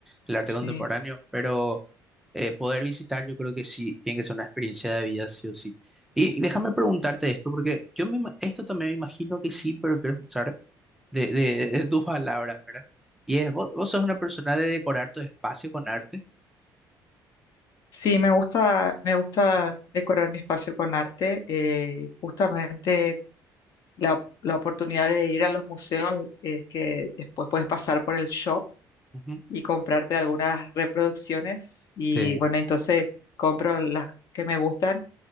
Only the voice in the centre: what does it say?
el arte
contemporáneo, pero eh, poder visitar yo creo que sí, tiene que ser una experiencia de vida, sí o sí. Y, y déjame preguntarte esto, porque yo me, ima- esto también me imagino que sí, pero quiero escuchar de, de, de tus palabras, ¿verdad? Y es, vos, vos sos una persona de decorar tu espacio con arte.
Ujú.
Sí,